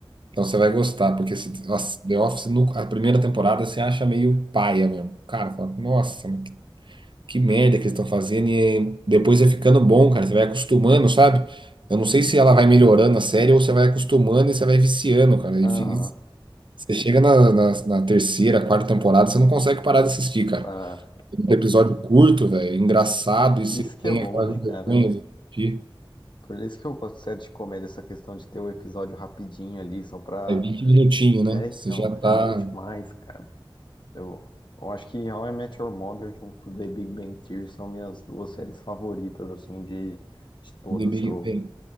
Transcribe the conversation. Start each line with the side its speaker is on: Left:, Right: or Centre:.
Right: então você vai gostar, porque se, nossa, The Office, no, a primeira temporada, você acha meio paia mesmo. Cara, fala, nossa, mas que, que merda que eles estão fazendo. E depois vai ficando bom, cara. Você vai acostumando, sabe? Eu não sei se ela vai melhorando a série ou você vai acostumando e você vai viciando, cara. E,
Left: Aham.
Right: fi- você chega na, na na terceira, quarta temporada, você não consegue parar de assistir, cara.
Left: para
Right: um episódio curto, velho, engraçado,
Left: É,
Right: e
Left: isso
Right: você
Left: que
Right: tem
Left: é bom,
Right: aquela
Left: né,
Right: vergonha
Left: cara?
Right: de assistir.
Left: Por isso que eu gosto de série de comédia, essa questão de ter o episódio rapidinho ali, só pra.
Right: É vinte minutinhos,
Left: É,
Right: né?
Left: então,
Right: Você já
Left: é
Right: tá.
Left: bom demais, cara. Eu, eu acho que How I Met Your Mother junto com The Big Bang Theory são minhas duas séries favoritas, assim, de, de todas.
Right: The Big
Left: Eu,
Right: Bang,